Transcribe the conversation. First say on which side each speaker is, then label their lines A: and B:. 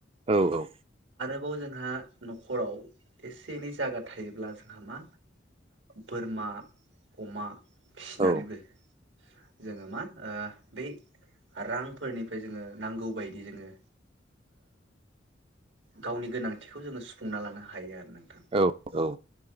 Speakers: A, on the right; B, on the right.
A: औ औ
B: -बाव जोंहा न'खराव एसे एनै जायगा थायोब्ला जोंहा मा बोरमा अमा फिसिनानैबो
A: औ
B: जोङो मा ओ बै रांफोरनिफ्राय जोङो नांगौ बायदि जोङो गावनि गोनांथिखौ जोङो सु फुंना लानो हायो। आरो नोंथां
A: औ औ